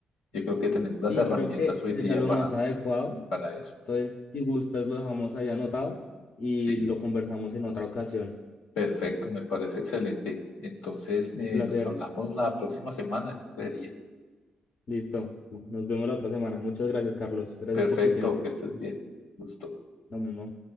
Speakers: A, on the left; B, on the left.
A: Yo creo que tenemos las
B: Sí,
A: herramientas
B: creo que
A: hoy
B: sería
A: día
B: lo
A: para,
B: más adecuado
A: para eso.
B: Entonces, si gustas, lo dejamos ahí anotado y
A: Sí,
B: lo conversamos en otra ocasión.
A: perfecto, me parece excelente. Entonces, eh,
B: Un placer.
A: nos hablamos la próxima semana, yo creería.
B: Listo. Nos vemos la otra semana. Muchas gracias, Carlos. Gracias
A: Perfecto,
B: por tu tiempo.
A: que estés bien. Gusto.
B: Lo mismo.